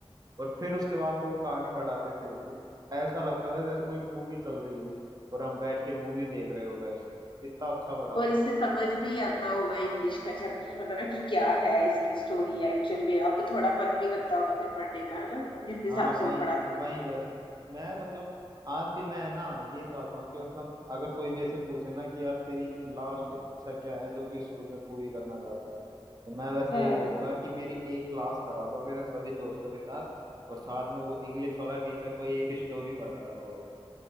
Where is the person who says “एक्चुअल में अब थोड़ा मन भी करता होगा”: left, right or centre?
Left